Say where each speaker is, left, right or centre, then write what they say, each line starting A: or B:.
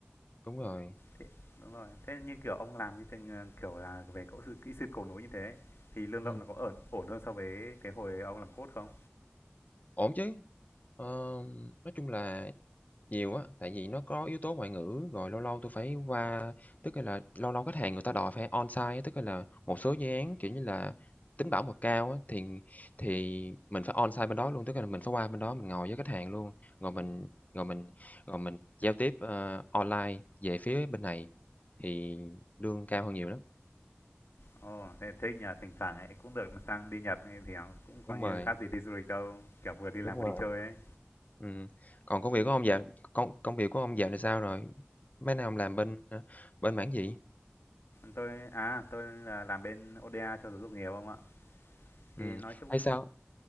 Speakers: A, on the left; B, on the left.
A: đúng rồi,
B: Thế đúng rồi, thế như kiểu ông làm như thế, ờ, kiểu là, về cỗ sư kỹ sư cầu núi như thế thì lương
A: ừm,
B: lậu nó có ổn ổn hơn so với cái hồi ông làm cốt không?
A: ổn chứ. Ờm, nói chung là nhiều á, tại vì nó có yếu tố ngoại ngữ, rồi lâu lâu tôi phải qua tức là lâu lâu khách hàng người ta đòi phải on-site á, tức là một số dự án, kiểu như là, tính bảo mật cao á, thì thì mình phải on-site bên đó luôn, tức là mình phải qua bên đó mình ngồi với khách hàng luôn, rồi mình rồi mình rồi mình giao tiếp, ờ, online về phía bên này thì lương cao hơn nhiều lắm.
B: Ồ, thế thích nhỉ, thỉnh thoảng ấy cũng được mà sang đi Nhật ấy thì nó cũng
A: Đúng
B: coi như
A: rồi,
B: khác gì đi du lịch đâu, kiểu vừa đi làm
A: đúng
B: vừa
A: rồi,
B: đi chơi ấy.
A: ừm. Còn công việc của ông dạo công công việc của ông dạo này sao rồi? Mấy năm làm bên, ơ, bên mảng gì?
B: tôi à, tôi là làm bên ODA cho giáo dục nghề ông ạ.
A: Ừm,
B: Thì nói chung
A: thấy sao?